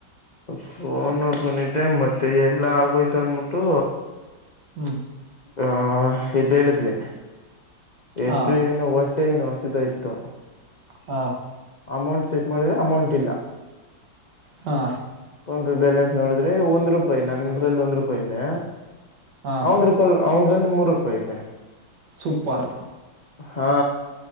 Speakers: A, on the left; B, on the right.
A: ಫೋನ್ ನೋಡ್ಕೊಂಡಿದ್ದೆ ಮತ್ತೆ ಎಲ್ಲ ಆಗೋಯ್ತು ಅಂದ್ಬಿಟ್ಟು
B: ಹ
A: ಆ ಎದ್ದೇಳಿದ್ವಿ
B: ಹಾ
A: ಎದು ಏನೋ ಹೊಟ್ಟೆ ಏನು ಹಸಿತಾ ಇತ್ತು
B: ಹಾ
A: ಅಮೌಂಟ್ ಚೆಕ್ ಮಾಡಿದ್ರೆ ಅಮೌಂಟ್ ಇಲ್ಲ
B: ಹಾ
A: ಫೋನ್ ಬ್ಯಾಲೆನ್ಸ್ ನೋಡ್ರೆ ಒಂದ್ರು ರೂಪಾಯಿ ನಂದ್ರಲ್ಲಿ ಒಂದ್ ರೂಪಾಯಿ ಇದೆ
B: ಹಾ
A: ಅವಂದ್ ರೂಪಾಯಲ್ ಅವಂದ್ರಲ್ಲಿ ಮೂರು ರೂಪಾಯಿ ಐತ್ತೆ
B: ಸೂಪರ್
A: ಹಾ